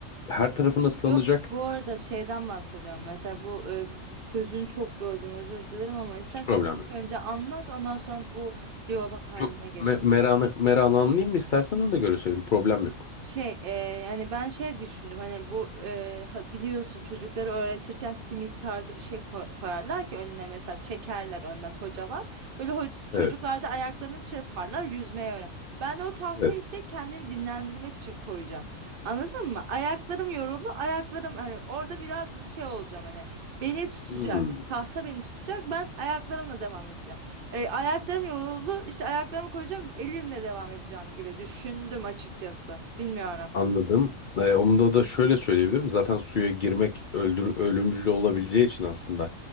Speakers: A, on the left; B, on the right.
A: her tarafın ıslanacak
B: Yok bu arada şeyden bahsediyorum. Mesela bu, e, bu sözünü çok böldüm özür dilerim ama istersen
A: hiç problem
B: sen ilk
A: yok.
B: önce anlat ondan sonra bu diyalog haline
A: Yok
B: geçelim.
A: me meranı, meranı anlayayım mı istersen ona göre söyleyeyim problem yok.
B: Şey e, yani ben şey düşündüm hani bu e, ha- biliyorsun çocukları öğretirken simit tarzı bir şey koy- koyarlar ki önüne mesela çekerler önden hocalar. Böyle ho- çocuklar
A: Evet,
B: da ayaklarını çırparlar yüzmeyi öğren. Ben de o tahtayı
A: evet.
B: işte kendimi dinlendirmek için koyacağım. Anladın mı? Ayaklarım yoruldu ayaklarım hani orada biraz şey olacağım hani beni tutacak
A: Hmm.
B: tahta beni tutacak ben ayaklarımla devam edeceğim. E, ayaklarım yoruldu. İşte ayaklarımı koyacağım, elimle devam edeceğim gibi düşündüm açıkçası. Bilmiyorum.
A: Anladım. Ee, onu da da şöyle söyleyebilirim. Zaten suya girmek öldür ölümcül olabileceği için aslında